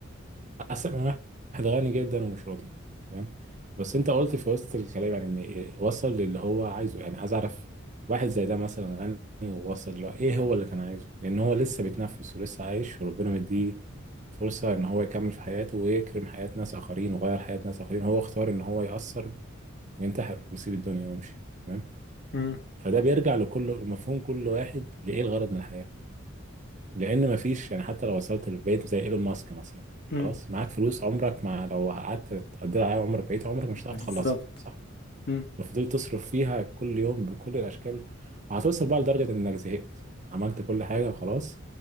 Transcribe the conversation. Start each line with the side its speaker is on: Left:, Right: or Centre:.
Right: أحسن من واحد غني جدا ومش راضي تمام بس أنت قلت في وسط الكلام يعني إن إيه وصل للي هو عايزه يعني عايز أعرف واحد زي ده مثلا غني ووصل له إيه هو اللي كان عايزه لأن هو لسه بيتنفس ولسه عايش وربنا مديه فرصة إن هو يكمل في حياته ويكرم حياة ناس آخرين ويغير حياة ناس آخرين هو اختار إن هو يأثر وينتحر ويسيب الدنيا ويمشي تمام
Left: أمم،
Right: فده بيرجع لكل مفهوم كل واحد لإيه الغرض من الحياة لان مفيش يعني حتى لو وصلت لبيت زي ايلون ماسك مثلا
Left: أمم.
Right: خلاص معاك فلوس عمرك ما لو قعدت تقضي عليها عمرك بقيت عمرك مش هتعرف
Left: بالظبط
Right: تخلصها صح
Left: أمم،
Right: لو فضلت تصرف فيها كل يوم بكل الاشكال وهتوصل بقى لدرجه انك زهقت عملت كل حاجه وخلاص